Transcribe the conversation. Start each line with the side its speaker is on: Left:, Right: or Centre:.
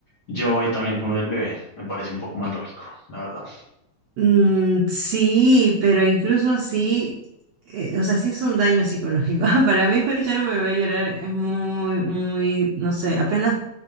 Left: yo voy también con lo del bebé. Me parece un poco más lógico, la verdad.
Right: Mm, sí, pero incluso así, eh, o sea, sí es un daño psicológico. <laughs> Para mí escuchar un bebé llorar es muy, muy, no sé, apenas